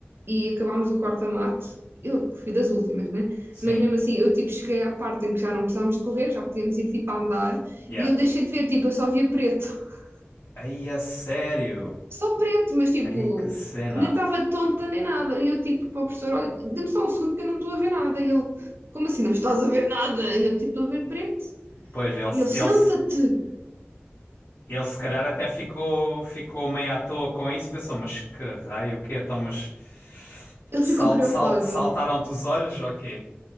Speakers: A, on the right (about 60°); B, on the left (about 65°).
A: e acabámos o corta-mate. Eu fui das últimas, né?
B: Sim.
A: Mas mesmo assim, eu tipo cheguei à parte em que já não precisávamos de correr, já podíamos ir tipo a andar
B: Yeah.
A: e eu deixei de ver, tipo, eu só via preto. <laughs>
B: Aí, a sério?
A: Só preto, mas tipo,
B: Aí, que cena.
A: nem estava tonta nem nada. E eu tipo, para o professor, olha, dê-me só um segundo que eu não estou a ver nada. E ele, como assim não estás a ver nada? E eu tipo, estou a ver preto.
B: Pois, ele, se-
A: E ele, senta-te!
B: ele, se- ele se calhar até ficou, ficou meio à toa com isso, pensou, mas que raio, o quê? Então, mas
A: Ele
B: sal,
A: ficou preocupado.
B: sal, saltaram-te os olhos ou quê?